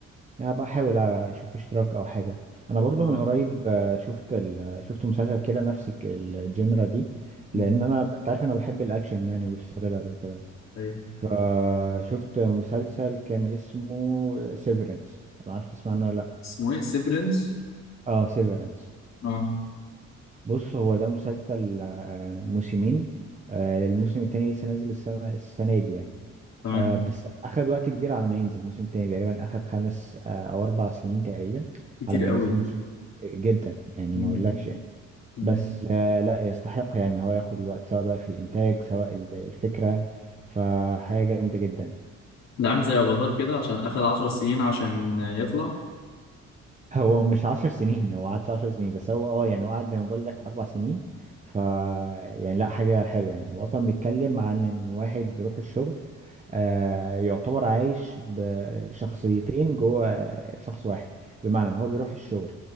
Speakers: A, on the right (about 25°); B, on the left (about 60°).
A: انا بحاول اشوف اشتراك او حاجه انا برضو
B: اه
A: من قريب آه، شفت ال... شفت مسلسل كده نفس الك- الجنرا دي
B: مم،
A: لان انا انت عارف انا بحب الاكشن يعني والثريلر وكده
B: ايوه
A: فشفت مسلسل كان اسمه سيفرنس ما اعرفش تسمع عنه ولا لا
B: اسمه ايه سيفرنس
A: اه سيفرنس
B: اه
A: بص هو ده مسلسل آه، موسمين آه، الموسم التاني لسه نازل السنة السنة دي يعني
B: تمام
A: آه، بس أخد وقت كبير على ما ينزل الموسم التاني تقريبا أخد خمس آه، أو أربع سنين تقريبا
B: كتير
A: على ما ينزلوا
B: قوي
A: الموسم التاني. جدا يعني
B: مم،
A: ما أقولكش يعني
B: مم.
A: بس آه، لا يستحق يعني هو ياخد الوقت سواء بقى في الإنتاج سواء ال- الفكرة فحاجة جامدة جدا
B: ده عامل زي افاتار كده عشان اخد عشر سنين عشان يطلع
A: هو مش عشر سنين هو قعدش عشر سنين بس هو اه يعني هو قعد زي ما بقول لك اربع سنين ف يعني لا حاجة حلوة يعني هو اصلا بيتكلم عن ان واحد بيروح الشغل آه يعتبر عايش بشخصيتين جوه شخص واحد بمعنى ان هو بيروح الشغل